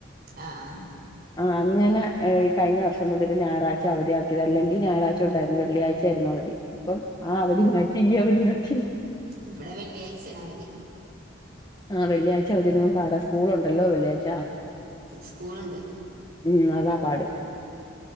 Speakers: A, on the right (about 45°); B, on the left (about 20°).
A: ആഹ്.
B: ആഹ് അങ്ങനെ ആ കഴിഞ്ഞ വർഷം മുതല് ഞായറാഴ്ച്ച അവധി ആക്കിയതാ അല്ലെങ്കിൽ ഞായറാഴ്ച്ച ഉണ്ടായിരുന്നു വെള്ളിയാഴ്ച്ച ആയിരുന്നു അവധി. അപ്പം ആ അവധി മാറ്റി ഈ അവധിയാ ക്കില്
A: ഇവിടെ വെള്ളിയാഴ്ച്ച ആണ് അവധി.
B: ആ വെള്ളിയാഴ്ച്ച അവധിതരുമ്പോ പാട സ്‌കുൾ ഉണ്ടല്ലൊ വെള്ളിയാഴ്ച്ച.
A: സ്‌കുൾ ഉണ്ട്.
B: ഉം അതാ പാട്.